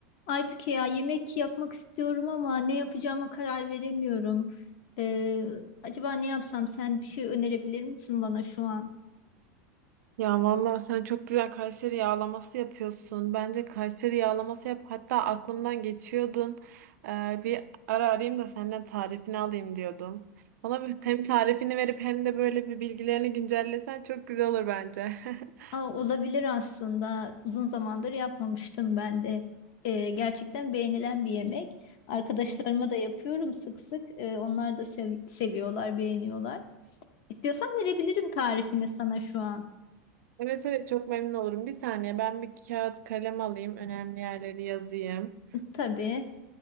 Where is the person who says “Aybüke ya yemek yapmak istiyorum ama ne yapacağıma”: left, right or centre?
Left